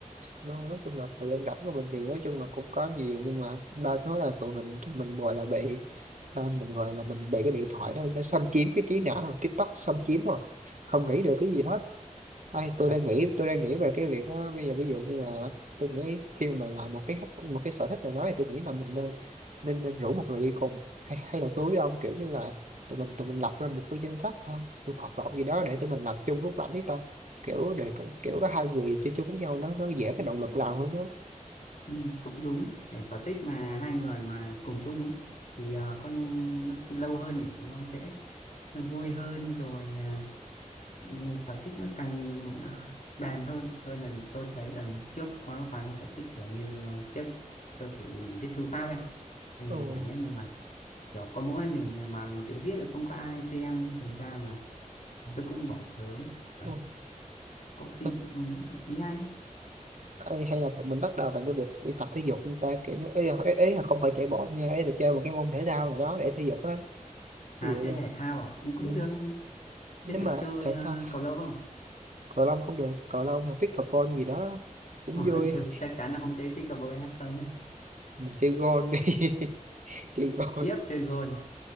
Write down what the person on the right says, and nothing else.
nó nói chung là thời gian rảnh của mình thì nói chung là cũng có nhiều nhưng mà đa số là tụi mình tụi mình gọi là bị ta mình gọi là mình bị cái điện thoại đó nó xâm chiếm cái trí não rồi TikTok xâm chiếm rồi không nghĩ được cái gì hết ai tôi
đang nghĩ tôi đang nghĩ về cái việc á, bây giờ ví dụ như là tôi nghĩ khi mà mình làm một cái một cái sở thích nào đó thì tôi nghĩ là mình nên nên nên rủ một người đi cùng hay hay là tôi với ông kiểu như là tụi mình tụi mình lập ra một cái danh sách thôi sự hoạt động gì đó để tụi mình làm chung lúc rảnh đi kiểu để kiểu có hai người chơi chung với nhau nó nó dễ cái động lực làm hơn đó
ừ.
Ừ.
Ừ.
Ê, hay là mình bắt đầu bằng cái việc đi tập thể dục chúng ta kiểu như ấy là, ấy, ấy là không phải chạy bộ nha ấy là chơi một cái môn thể thao nào đó để thể dục á
ví dụ
là
ừ.
nếu
mà
thể
thao
cầu lông cũng được cầu lông hay pickleball gì đó cũng
vui
mình chơi gôn đi <laughs> chơi gôn